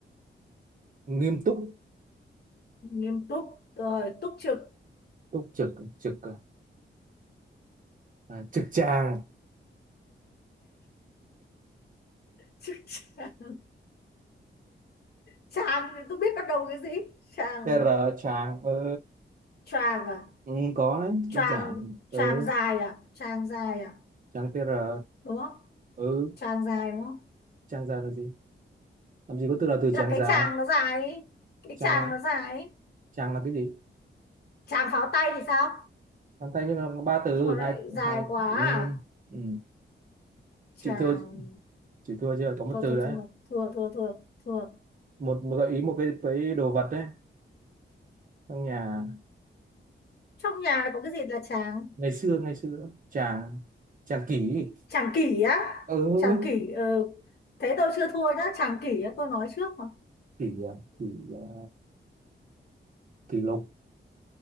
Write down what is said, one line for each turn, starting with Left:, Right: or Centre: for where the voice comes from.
Right: nghiêm túc
Left: nghiêm túc rồi túc trực
Right: túc trực trực à? À, trực tràng
Left: <laughs> Tràng Tràng thì <laughs> tôi biết bắt đầu cái gì Tràng
Right: TR tràng ừ,
Left: Tràng à
Right: ừ, có đấy
Left: Tràng
Right: đơn giản ừ,
Left: Tràng dài à Tràng dài à
Right: tràng TR
Left: đúng không
Right: ừ,
Left: Tràng dài đúng không
Right: tràng ra là gì làm gì có từ là từ
Left: là
Right: tràng
Left: cái
Right: già
Left: tràng nó dài ấy. cái
Right: tràng
Left: tràng
Right: là
Left: nó dài ấy.
Right: tràng là cái gì
Left: Tràng pháo tay thì sao
Right: tràng thanh nhưng mà có ba từ
Left: nhưng mà lại
Right: hai
Left: dài
Right: hai
Left: quá
Right: ừ,
Left: à
Right: ừ.
Left: Tràng
Right: chịu thua chịu thua chưa có một
Left: thôi
Right: từ
Left: thôi
Right: đấy
Left: thua thua thua thua thua
Right: một, một gợi ý một cái cái đồ vật đấy trong nhà
Left: trong nhà này có cái gì là tràng
Right: ngày xưa ngày xưa chàng chàng kỷ
Left: tràng kỷ á
Right: ừ
Left: tràng kỷ ờ thế tôi chưa thua nhá tràng kỷ á tôi nói trước mà
Right: kỷ à, kỷ à, kỷ lục